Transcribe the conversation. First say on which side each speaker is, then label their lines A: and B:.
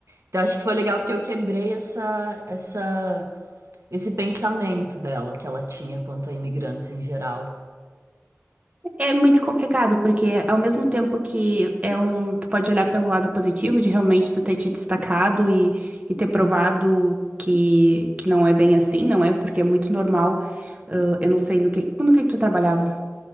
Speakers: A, on the right; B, on the right.
A: Então acho que foi legal porque eu quebrei essa, essa, esse pensamento dela que ela tinha quanto a imigrantes em geral.
B: É muito complicado, porque ao mesmo tempo que é um, tu pode olhar pelo lado positivo de realmente tu ter te destacado e, e ter provado que, que não é bem assim, não é? Porque é muito normal. Ah, eu não sei no que, no que que tu trabalhava.